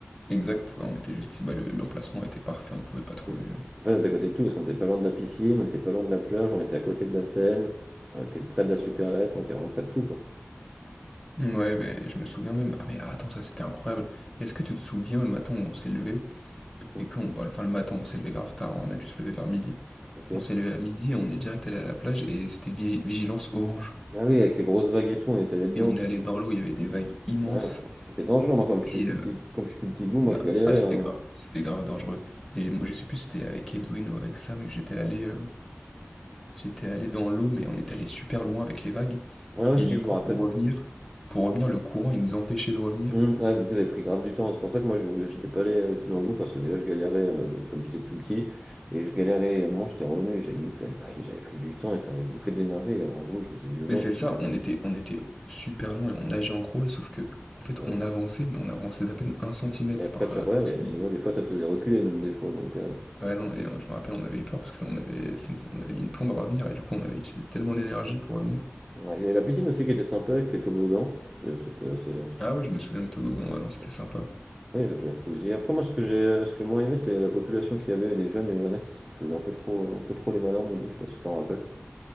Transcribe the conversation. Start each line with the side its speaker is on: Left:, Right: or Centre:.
Centre: Exact, ouais, on était juste ici, bah, le l'emplacement était parfait, on pouvait pas trouver
Right: Ouais.
Centre: mieux.
Right: Après, on était à côté de tout, parce qu'on était pas loin de la piscine, on était pas loin de la plage, on était à côté de la Seine, on était près de la supérette, on était vraiment près de tout, quoi.
Centre: Ouais, Ben, je me souviens même. Ah mais attends, ça c'était incroyable. Est-ce que tu te souviens le matin où on s'est levé
Right: Mhm.
Centre: et qu'on parle, enfin le matin on s'est levé grave tard, on a dû se lever vers midi.
Right: Ok.
Centre: On s'est levé à midi et on est direct allé à la plage et c'était vi- vigilance orange.
Right: Ah oui, avec les grosses vagues et tout, on était là-dedans.
Centre: Et on est allé dans l'eau, il y avait des vagues immenses
Right: Ouais, c'était dangereux, moi, comme je suis
Centre: et
Right: plus
Centre: euh,
Right: petit, comme je suis plus petit que vous, moi,
Centre: na-
Right: je galérais.
Centre: ah c'était
Right: hein.
Centre: grave, c'était grave dangereux. Et moi je sais plus si c'était avec Edwin ou avec Sam, mais j'étais allé, euh, j'étais allé dans l'eau mais on est allé super loin avec les vagues.
Right: Ouais, ouais,
Centre: Et
Right: si,
Centre: du coup,
Right: je me rappelle.
Centre: pour revenir pour revenir, le courant, il nous empêchait de revenir.
Right: Hum, ouais, du coup, vous avez pris grave du temps. C'est pour ça que moi, je voulais, j'étais pas allé euh, aussi loin que vous parce que déjà, je galérais euh, comme j'étais tout petit et je galérais. À un moment, j'étais revenu et j'avais vu que ça avait pris, j'avais pris du temps et ça m'avait bouffé de l'énergie. Et Alors, je vous, je vous ai vu loin,
Centre: Mais c'est
Right: je me
Centre: ça,
Right: suis dit,
Centre: on était on était super loin et on nageait en crawl, sauf que, en fait,
Right: ouais,
Centre: on
Right: ça-
Centre: avançait, mais on avançait d'à peine un centimètre
Right: et après,
Centre: par,
Right: tu
Centre: heu,
Right: ouais,
Centre: par seconde.
Right: et sinon, des fois, ça te faisait reculer, même des fois. Donc, euh,
Centre: Ouais, non et euh, je me rappelle, on avait eu peur parce que ça on avait ça nous on avait mis une plombe à revenir et du coup, on avait utilisé tellement d'énergie pour revenir.
Right: ouais. Il y avait la piscine aussi qui était sympa avec les toboggans. C'était c'était assez.
Centre: Ah oui, je me souviens des toboggans, ouais, non, c'était
Right: ouais,
Centre: sympa.
Right: il y avait le jacuzzi. Après, moi, ce que j'ai, euh, ce que j'ai moins aimé, c'est la population qu'il y avait, les jeunes. Il y en a qui, qui faisaient un peu trop, un peu trop les malins, à mon goût, je sais pas si tu t'en rappelles.